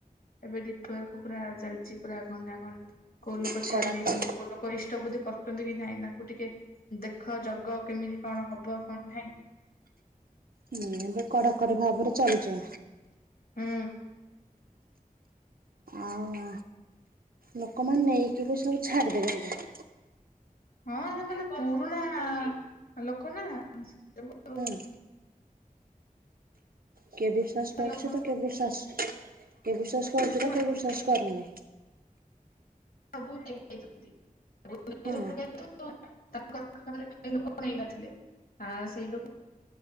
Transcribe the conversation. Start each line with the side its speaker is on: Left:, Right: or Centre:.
Left: ଏବେ ଡ଼ିପି ୱର୍କ ପୁରା ଚାଲିଛି ପୁରା ଘଣ୍ଟା ଘଣ୍ କୋଉ ଲୋକ
Right: କଡାକ
Left: ଛାଡି ଯାଇଛନ୍ତି କୋଉ ଲୋକ ଇଷ୍ଟ ବୁଦ୍ଧି କରୁଛନ୍ତି କି ନାହିଁ ତାକୁ ଟିକେ ଦେଖ ଜଗ କେମିତି କଣ ହବ କଣ ନାହିଁ।
Right: ହୁଁ ଏବେ କଡ଼ାକଡ଼ି ଭାବରେ ଚାଲିଛେ।
Left: ହୁଁ।
Right: ଆଉ ଲୋକମାନେ ନେଇକି ବି ସବୁ ଛାଡି <unintelligible>
Left: ହଁ ସେମାନେ ପୁରୁଣା ଲୋକ ନା। <inaudible>
Right: ହୁଁ। କିଏ ବିଶ୍ୱସ କରୁଚି
Left: ଲୋକ
Right: ତ କିଏ ବିଶ୍ୱାସ କିଏ ବିଶ୍ୱସ କରୁଚି
Left: ଆଗରୁ
Right: ତ କିଏ ବିଶ୍ୱସ କରୁନି।
Left: <unintelligible>
Right: ହଁ
Left: <unintelligible>